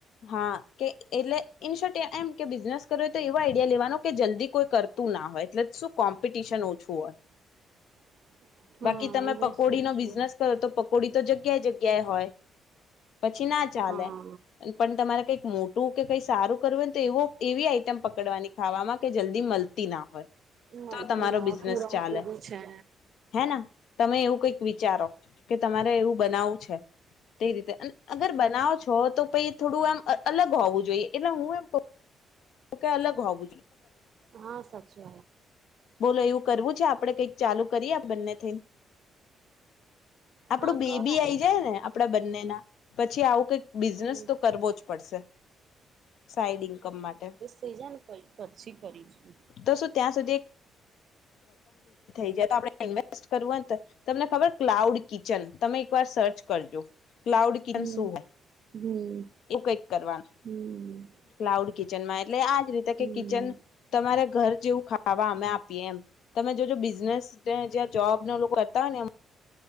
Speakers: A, on the left; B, on the right.
A: હા એટલે ઇનશોર્ટ એ એમ કે બિઝનેસ કર હોય તો એવો આડિયા લેવાનો કે જલ્દી કોઈ કરતું ના હોય એટલે શું કોમ્પિટિશન ઓછું હોય.
B: <inaudible> હા
A: બાકી તમે
B: એ વાત
A: પકોડી
B: સાચી
A: નો બિઝનેસ કરો તો પકોડી તો જગ્યાએ જગ્યાએ હોય. પછી ના ચાલે
B: હા
A: પણ તમારે કઈક મોટું. કે કઈ સારું કરવું હોને તો એવ એવી આઈટમ પકડવાની ખાવામાં કે જલ્દી મળતી ના હોય.
B: મળતી
A: તો તમારો
B: ના
A: બિઝનેસ
B: પૂરણપૂરી
A: ચાલે
B: છે
A: હેના તમે એવું કઈક વિચારો. કે તમારે એવું બનાવું છે તે રીતે અગર બનાવો છો. તો પછ થોડું આમ અલગ હોવું જોઈએ એટલે હું એમ કહું તો ક અલગ હો બુ.
B: હા સાછે.
A: બોલો એવું કરવું છે આપડે કઈક ચાલુ કરીએ બંને થયન આપડું
B: હા
A: બેબી
B: કરાય
A: આઈ જાય ને આપડા બંને ના પછી આવું. કઈક બિઝનેસ
B: હમ
A: તો કરવો જ પડશે સાઈડ ઇન્કમ માટે.
B: થય જાને પછી કરીશું.
A: તો શું ત્યાં સુધી આપડ ઇન્વેસ્ટ કરવું હોય તો તમને ખબર ક્લાઉડ કિચન તમે એક વાર સર્ચ કરજો. ક્લાઉડ કિચન
B: હમ
A: શું હોય
B: હમ
A: એવું કઈક કરવાનું
B: હમ
A: ક્લાઉડ કી કિચનમાં એટલે આજ રીતે
B: હમ
A: કે કિચન તમારે ઘર. જેવું ખાવા અમે આપીએ એમ તમે જોજ બિઝનેસ જ્યાં જોબ ના લોકો કરતા હોય ને.